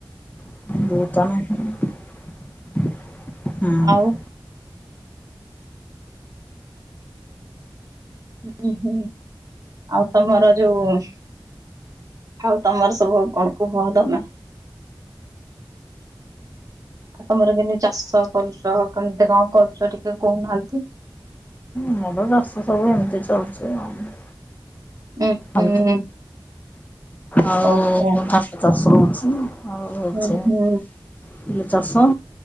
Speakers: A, on the left; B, on the right.
A: ବୋଉତ ନହିଁ, ହୁଁ
B: ଆଉ ହୁଁ ହୁଁ ଆଉ ତମର ଯୋଉ ଆଉ ତମର ସବୁ କଣ କୂହ ତମେ? ତମର କେମିତି ଚାଷ କରୁଛ କେମତି କଣ କରୁଛ ଟିକେ କହୁନାହାନ୍ତି?
A: ମୋର ଚାଷ ସବୁ ହେମିତି ଚାଲଛି ଆଉ।
B: ଉଁ
A: <unintelligible>
B: ହୁଁ
A: ଆଉ
B: ଓହୋ
A: ଚାଷ ହଉଚି ଆଉ ହେଉଛ
B: ଉଁ ହୁଁ
A: <unintelligible> ଚାଷ।